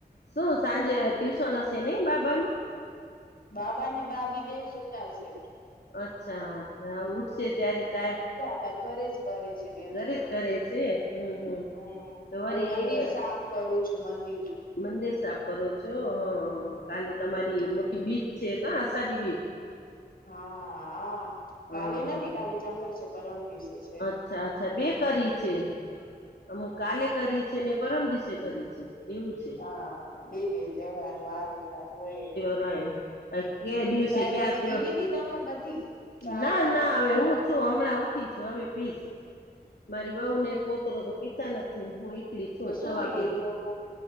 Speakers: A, on the left; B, on the left.
A: શું સાંજે ટ્યુશન હશે નહિ બાબા નુ.
B: બાબા ને બાબી બે સુતા છે.
A: અચ્છા ઉઠશે ત્યારે ચાય
B: બધા ઘરે જ કરે છે બેવ
A: ઘરે
B: જણા
A: જ કરે છે હમ હમ
B: હમ્મ
A: તમારી
B: હું મંદિર સાફ કરું છું મંદિર.
A: મંદિર સાફ કરો છો હ હ હ કાલે તમારી
B: હમ
A: મોટી બીજ છે કા અષાઢી બીજ
B: હા હા
A: હા
B: કાલે નથી
A: હા
B: કાલે ચંદર છે પરમ દિવસે છે.
A: અચ્છા અચ્છા બે કરી છે. અમુક કાલે કરી છે ને પરમ દિવસે કરી છે એવું છે.
B: હા બે બે તહેવાર વાર વહેવાર હોય.
A: <unintelligible> કેયા દિવસે
B: ચાય
A: ક્યા
B: પાણી
A: તેહ
B: પી લીધી તમે બધી ચાય
A: ના
B: કોફી
A: ના હવે હું છું હમણાં ઉઠી છું હવે પીસ મારી વઉ ને પોતરો તો પીતા નથી હું એ ટલી છું
B: તો શું
A: છ વાગે
B: પીએ ઈ લોકો